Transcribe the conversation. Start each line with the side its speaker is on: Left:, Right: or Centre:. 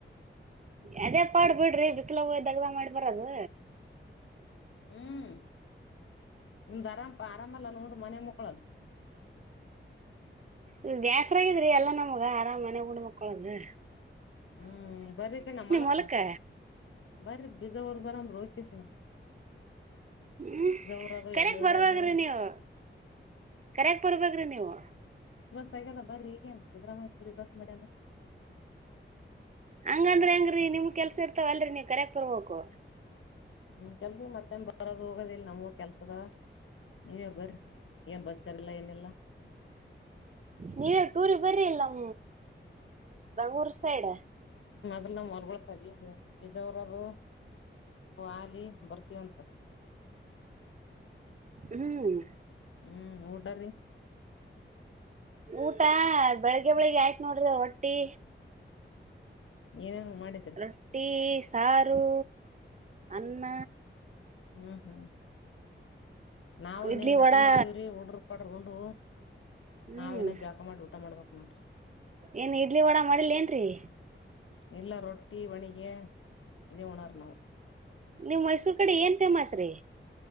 Right: ಅದೇ ಪಾಡ್ ಬಿಡ್ರಿ ಬಿಸಿಲು ಹಯ ದಗ್ದ ಮಾಡಿ ಬರದು
Left: ಹ್ಮ್ ಒಮ್ದ್ ಅರಾಮ ಆರಾಮಲ್ಲ ನೋ ಮನೆ ಮಕ್ಕಳದು
Right: ಇ ದೇಾಸ್ರಾಗಿದ್ರಿ ಎಲ್ಲಾ ನಮ್ಗ ಹ ಮನ ೂಡುಮಕ್ಕಳಗೆ
Left: ಹ್ಮ್ ಬರ್ರಿ ಕಣ್ಣ ಮಾಲಕ್ಕ
Right: ಹೊಲಕ್ಕ
Left: ಬರ ಬೀಜಾವರು ಬರಾಮ ರೋಕಸನ್
Right: ಹ್ಮ್
Left: ಊರದು
Right: ಕರಕ್
Left: ಎಣ್ಣೆ ಹೊಡ್ಯದು
Right: ಬರ್ವ್ರಿ ನೀವು ಕರಕ್ ಬರ್ಬ್ರಿ ನೀವು
Left: ಸಗಲ್ಲ ಬರೀ ಈಗೇನು ಸಿದರಾಮಯುರಿ ಬ ಮೇಡಮ
Right: ಹಂಗಂದ್ರ ಹೆಂಗ್ರೀ ನಿಮ್ ಕೆಲ್ಸ ಇರ್ತಾವ ಅಲ್ರಿ ನೀ ಕರಕ್ ಬರ್ಬೇಕು
Left: ಹ್ಮ್ ಕೆಲ್ಸ ಮತ್ತನ್ ಬರೋದ ಹೋಗದಿಲ್ ನಮ ಕೆಲ್ಸದ ನೀವೇ ಬರ ಏನ್ ಬಸ್ಸರೆಲ್ಲಾ ಇಲ್ಲಲ್ಲ
Right: ನೀವೇ ಟೂರ್ ಬರ್ರಿ ಇಲ್ಲ್ಮ ಬೆಂಗೂರು ಸರ
Left: ಲ್ಲ ಮರ್ಗ ಸದ ಇದಜ ಅವರದು ಆಲಿ ಬರ್ತೀವಂತ
Right: ಹ್ಮ್
Left: ಹ್ಮ್ ಊಟ್ರೀ
Right: ಊಟ ಬೆಳಿಗ್ಗೆ ಬೆಳಿಗ್ ಆಯತ ನೋಡ್ರಿ ಹೊಟ್ಟಿ
Left: ಏನೇನ್ ಮಾಡಿದ್ರಿ
Right: ರೊಟ್ಟಿ ಸಾರು ಅನ್ನ
Left: ಹ್ಮ್ ಹ್ಮ್ ನಾವವು
Right: ಇಡ್ಲಿ
Left: ರೋಟಿ
Right: ವಡಾ
Left: ಮಾಡಿದೀವ್ರೀ ಹುಡ್್ರರುಪ ಉಂಡ
Right: ಹ್ಮ್
Left: ನಾವ್ ನ್ ಜಾಕ ಮಾಡಿ ಊಟ ಮಾಡ್ಬೇಕ ಒಫನ್
Right: ಏನ್ ಇಡ್ಲಿ ವಡಾ ಮಾಡಿಿಲ್ಲ ಏನ್ರರಿ
Left: ಇಲ್ಲ ರೊಟ್ಟಿ ಒಣಿಗೆ ಇದೇ ಉಣರ್ ನಾವು
Right: ನೀವ್ ಮೈಸೂರ್ ಕಡೆ ಏನ್ ಫೇಮಸ್ ರೀ